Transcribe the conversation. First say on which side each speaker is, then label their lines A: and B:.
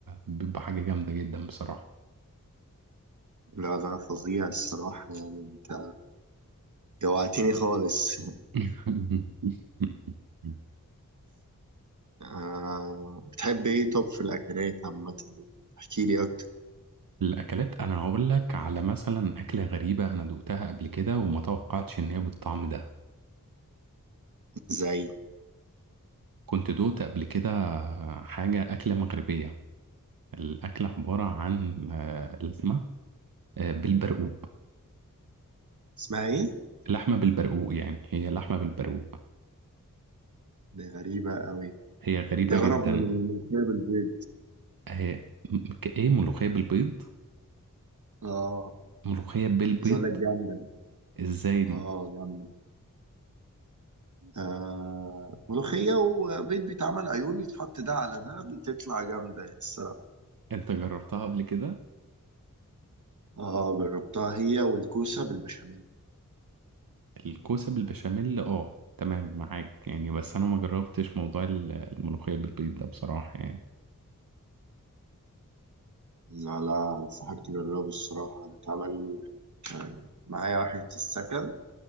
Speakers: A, on the right; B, on the right.
A: بيبقى حاجة جامدة جدا بصراحة
B: لا ده فظيع الصراحة يعني انت جوعتني خالص
A: <laughs>
B: آه بتحب ايه طب في الاكلات عامة احكي لي اكتر
A: الأكلات أنا هقول لك على مثلا أكلة غريبة أنا دقتها قبل كده وما توقعتش إن هي بالطعم ده
B: زي
A: كنت دوقت قبل كده حاجة أكلة مغربية الأكلة عبارة عن آه، لحمة آه، بالبرقوق
B: اسمها ايه؟
A: لحمة بالبرقوق يعني هي لحمة بالبرقوق
B: دي غريبة قوي
A: هي غريبة
B: دي اغرب
A: جدا
B: من الملوخية بالبيض
A: هي م- كإيه ملوخية بالبيض
B: اه
A: ملوخية بالبيض
B: عايز اقول لك جامدة
A: ازاي دي
B: اه جامد آه ملوخية وبيض بيتعمل عيون يتحط ده على ده بتطلع جامدة الصراحة
A: انت جربتها قبل كده
B: اه جربتها هي والكوسة بالبشاميل
A: الكوسة بالبشاميل اه تمام معاك يعني بس انا ما جربتش موضوع ال- الملوخية بالبيض ده بصراحة يعني
B: لا لا انصحك تجربه الصراحة اتعمل كان معايا واحد في السكن